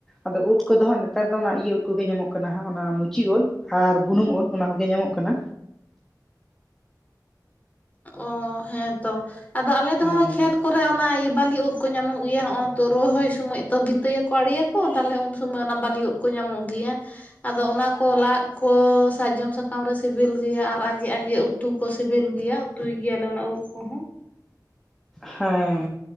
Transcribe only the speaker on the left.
ᱚ ᱦᱮᱸ ᱛᱚ, ᱟᱫᱚ ᱟᱞᱮ ᱫᱚ
ᱦᱚᱸᱜ-ᱚᱭ ᱠᱷᱮᱛ ᱠᱚᱨᱮ ᱚᱱᱟ ᱤᱭᱟᱹ ᱵᱟᱹᱞᱤ ᱩᱫ ᱠᱚ ᱧᱟᱢᱚᱜ ᱜᱮᱭᱟ ᱦᱚᱸᱜ-ᱚ ᱛᱚ ᱨᱚᱦᱚᱭ ᱥᱚᱢᱚᱭ ᱛᱚ ᱵᱷᱤᱛᱟᱹᱭᱟᱠᱚ, ᱯᱟᱲᱤᱭᱟᱠᱚ ᱛᱟᱦᱞᱮ ᱩᱱ ᱥᱚᱢᱚᱭ ᱚᱱᱟ ᱵᱟᱞᱤ ᱩᱫ ᱠᱚ ᱧᱟᱢᱚᱜ ᱜᱮᱭᱟ᱾ ᱟᱫᱚ ᱚᱱᱟ ᱠᱚ ᱞᱟᱫ ᱠᱚ ᱥᱟᱨᱡᱚᱢ ᱥᱟᱠᱟᱢ ᱨᱮ ᱥᱤᱵᱤᱞ ᱜᱮᱭᱟ ᱟᱨ ᱟᱸᱡᱮ ᱟᱸᱡᱮ ᱩᱛᱩ ᱠᱚ ᱥᱤᱵᱤᱞ ᱜᱮᱭᱟ᱾ ᱩᱛᱩᱭ ᱜᱮᱭᱟᱞᱮ ᱚᱱᱟ ᱩᱫ ᱠᱚᱦᱚᱸ᱾